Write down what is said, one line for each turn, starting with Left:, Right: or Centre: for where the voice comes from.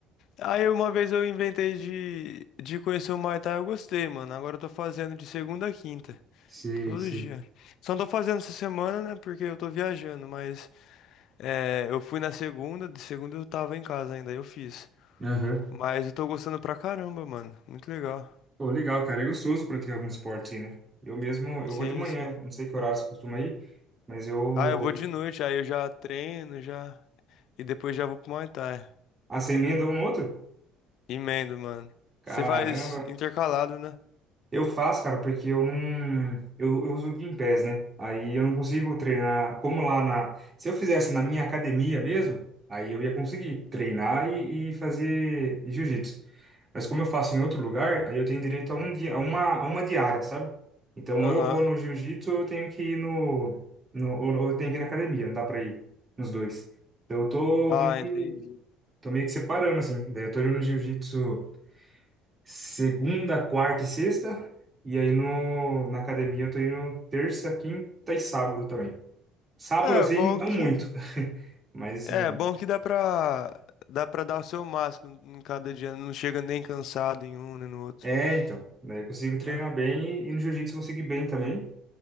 Left: Aí uma vez eu inventei de, de conhecer o Muay Thai, eu gostei, mano. Agora eu tô fazendo de segunda a quinta.
Right: sei,
Left: Todo
Right: sei.
Left: dia. Só não tô fazendo essa semana, né? Porque eu tô viajando, mas é, eu fui na segunda, de segunda eu tava em casa ainda, aí eu fiz.
Right: Aham.
Left: Mas eu tô gostando pra caramba, mano. Muito legal.
Right: Pô, legal, cara. É gostoso praticar algum esporte, né? Eu mesmo, eu
Left: Sim,
Right: vou de manhã.
Left: sim.
Right: Não sei que horário você costuma ir, mas eu...
Left: Ah, eu vou de noite, aí eu já treino, já. E depois já vou pro Muay Thai.
Right: Ah, você emenda um no outro?
Left: Emendo, mano.
Right: Caramba.
Left: Você faz intercalado, né?
Right: Eu faço, cara, porque eu não... Eu, eu uso o Gympass, né? Aí eu não consigo treinar... Como lá na... Se eu fizesse na minha academia mesmo, aí eu ia conseguir treinar e, e fazer jiu-jitsu. Mas como eu faço em outro lugar, aí eu tenho direito a um dia, a uma, a uma diária, sabe? Então,
Left: Aham.
Right: ou eu vou no jiu-jitsu, ou eu tenho que ir no, no, ou ou eu tenho que ir na academia, não dá pra ir nos dois. Então, eu tô
Left: Ah,
Right: meio que,
Left: entendi.
Right: tô meio que separando, assim. Daí eu tô indo no jiu-jitsu segunda, quarta e sexta, e aí no, na academia eu tô indo terça, quinta e sábado também. Sábado,
Left: É
Right: assim,
Left: bom
Right: não
Left: que.
Right: muito, <laughs> mas assim,
Left: É bom que dá pra. Dá pra dar o seu máximo em cada dia. Não chega nem cansado em um nem no outro.
Right: é, então. Daí eu consigo
Left: Você tá.
Right: treinar bem e, e no jiu-jitsu eu consigo ir bem também.